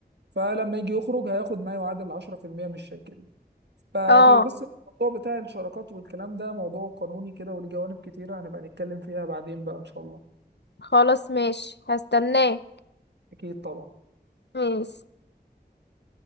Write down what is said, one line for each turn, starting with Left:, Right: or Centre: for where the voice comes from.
Right: فلما يجي يخرج هياخد ما يعادل 10% من الشركه دي ف- فبس
Left: اه
Right: الموضوع بتاع الشراكات والكلام ده موضوع قانوني كده وليه جوانب كتيره هنبقى نتكلم فيها بعدين بقى ان شاء الله
Left: خلاص ماشي هستناه
Right: اكيد طبعا
Left: ماشي